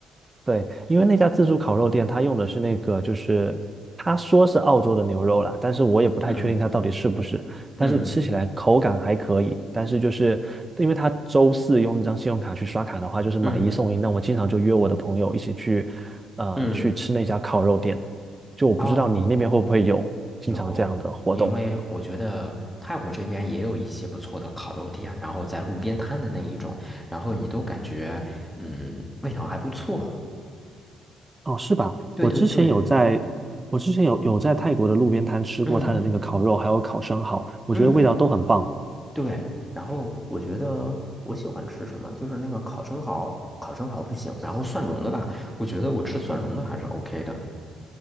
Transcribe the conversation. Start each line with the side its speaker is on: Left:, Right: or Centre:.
Right: 对，因为那家自助烤肉店，他用的是那个，就是他说是澳洲的牛肉啦，但是我也不太确定它到底是不是。
Centre: 嗯
Right: 但是吃起来口感还可以，
Centre: 嗯
Right: 但是就是因为他周四用那张信用卡去刷卡的话，就是买一送一。
Centre: 嗯
Right: 那我经常就约我的朋友一起去，呃，
Centre: 嗯，
Right: 去吃那家烤肉店。就我不知道你那边会不会有经常这样的活动
Centre: 啊。有，因为我觉得泰国这边也有一些不错的烤肉店，然后在路边摊的那一种，然后你都感觉嗯味道还不错。
Right: 哦，是吧？
Centre: 对对对，
Right: 我之前有在，我之前有有在泰国的路边摊吃过他的那个烤肉，
Centre: 嗯
Right: 还有烤生蚝，我觉得味道都很棒。
Centre: 嗯对。然后我觉得我喜欢吃什么，就是那个烤生蚝，烤生蚝不行，然后蒜蓉的吧，我觉得我吃蒜蓉的还是 OK 的。